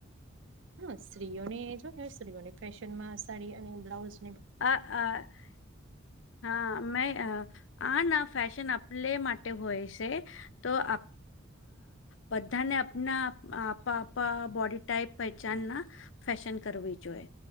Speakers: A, on the right; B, on the left.
A: હા સ્ત્રીઓને જો સ્ત્રીઓને ફેશન માં સાડી અને બ્લાઉઝ
B: હ હ <inaudible> <unintelligible> હા મે આ ના ફેશન આપલે માટે હોય છે. તો આપ બધાને આપના આપપા બોડી ટાઈપ પહેચાન ના ફેશન કરવી જોઈ